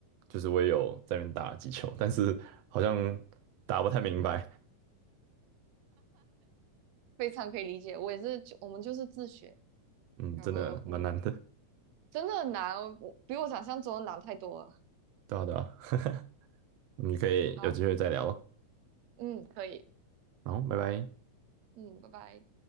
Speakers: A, on the right (about 80°); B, on the right (about 65°).
A: 就是我也有在那边打了几球，但是好像打不太明白，
B: 非常可以理解。我也是就，我们就是自学，
A: 嗯，
B: 然后嗯，
A: 真的蛮难的，
B: 真的很难，我比我想象中的难太多了。
A: 对啊，对啊，<laughs> 你可以有机会再聊咯，
B: 好，嗯，可以，
A: 然后拜拜。
B: 嗯，拜拜。